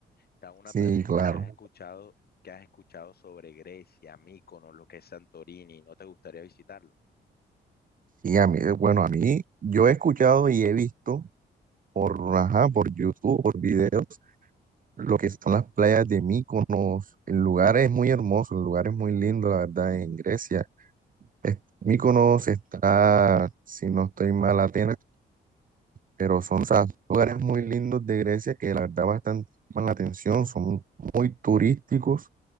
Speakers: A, on the left; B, on the right.
A: Te hago una
B: Sí,
A: pregunta,
B: claro.
A: ¿qué has escuchado, qué has escuchado sobre Grecia, Míconos, lo que es Santorini? ¿No te gustaría visitarlo?
B: Y a mí, bueno, a mí, yo he escuchado y he visto por, ajá, por YouTube, por videos, lo que son las playas de Mykonos. El lugar es muy hermoso, el lugar es muy lindo, la verdad, en Grecia. Es- Mykonos está, si no estoy mal, Atenas, pero son, o sea, lugares muy lindos de Grecia que la verdad bastante llaman la atención, son muy turísticos.